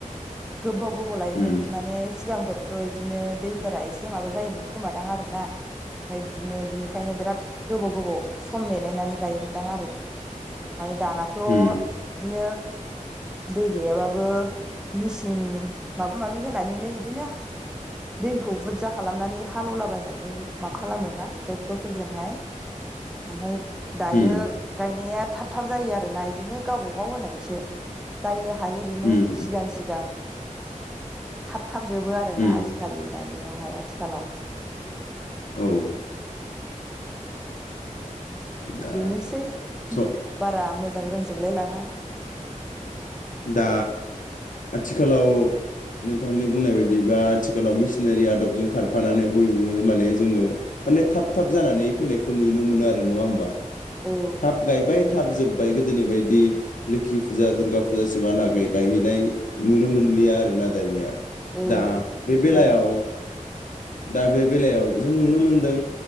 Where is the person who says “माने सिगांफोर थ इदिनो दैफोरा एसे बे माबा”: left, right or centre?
Centre